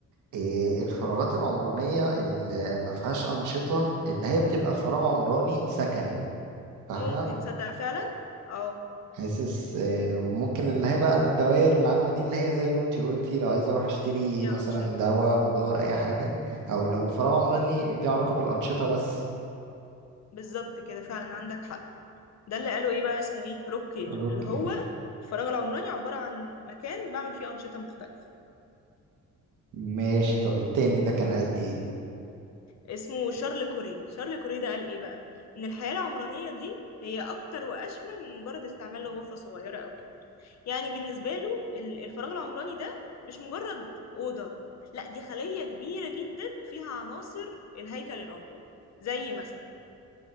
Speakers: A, on the right; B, on the left.
A: إيه، الفراغات العمرانية اللي ما فيهاش أنشطة اللي هي بتبقى فراغ عمراني سكني فاهمة
B: ممكن تصدق فعلا اه
A: حاسس إيه، وممكن اللي هي بقى الدوائر العامة دي اللي هي زي ما انتي قلتي لو عايزة اروح اشتري
B: اللي فيها
A: مثلا
B: أنشطة
A: دواء
B: اه
A: خضار اي حاجة او لو فراغ عمراني ليه علاقة بالأنشطة بس
B: بالظبط كده فعلا عندك حق ده اللي قالوا ايه بقى اسمه ايه روك كير
A: روكير
B: اللي هو الفراغ العمراني عبارة عن مكان بعمل فيه أنشطة مختلفة
A: ماشي طب التاني ده كان قال ايه
B: اسمه شارل كوري شارل كوري ده قال ايه بقى ان الحياة العمرانية دي هي اكتر واشمل من مجرد استعمال لغرفة صغيرة او كبيرة يعني بالنسبة له ال- الفراغ العمراني ده مش مجرد أوضة لا دي خلية كبيرة جدا فيها عناصر الهيكل العمراني زي مثلا